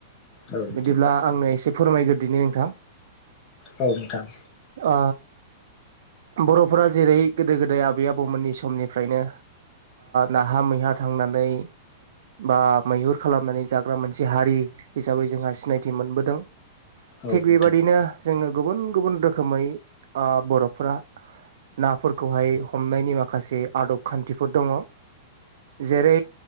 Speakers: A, on the left (about 30°); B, on the right (about 70°).
A: औ नोंथां
B: बिदिब्ला आंनो एसे फोरमायग्रो दिनि नोंथां।
A: औ नोंथां।
B: आ बर'फोरा जेरै गोदो गोदाय आबै आबौमोननि समनिफ्रायनो नाहा मैहा थांनानै बा मैहुर खालामनानै जाग्रा मोनसे हारि हिसाबै जोंहा सिनायथि मोनबोदों
A: औ
B: थिग
A: नोंथां
B: बेबादिनो जोङो गुबुन गुबुन रोखोमै बर'फोरा नाफोरखौहाय हमनायनि माखासे आदब खान्थिफोर दङ। जेरै